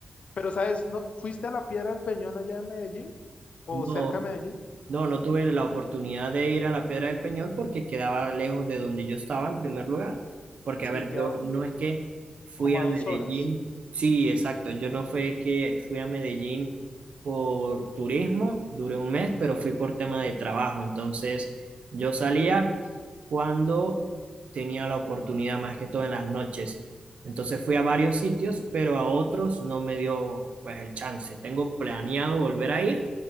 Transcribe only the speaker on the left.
pero sabes, ¿no, fuiste a la Piedra del Peñón allá en Medellín o
cerca de Medellín?
Sí,
quedan
como
a
dos horas.